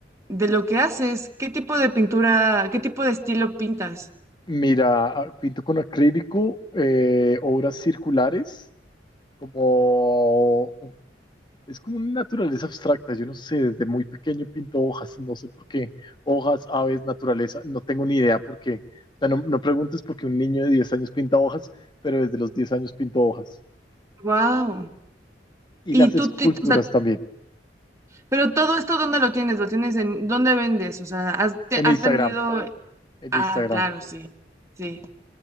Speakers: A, on the right; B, on the left.
A: de lo que haces? ¿Qué tipo de pintura, qué tipo de estilo pintas?
B: Mira, ah, pinto con acrílico, eh, obras circulares, como Es como una naturaleza abstracta, yo no sé, desde muy pequeño pinto hojas, no sé por qué, hojas, aves, naturaleza, no tengo ni idea por qué. O sea, no, no preguntes por qué un niño de diez años pinta hojas, pero desde los 10 años pinto hojas.
A: Wow.
B: Y
A: Y
B: las
A: tú,
B: esculturas
A: ti- o sea,
B: también,
A: pero todo esto, ¿dónde lo tienes? ¿Lo tienes en, dónde vendes? O sea, ¿has, te-
B: en
A: has
B: Instagram,
A: tenido
B: en
A: Ah,
B: Instagram.
A: claro, sí, sí.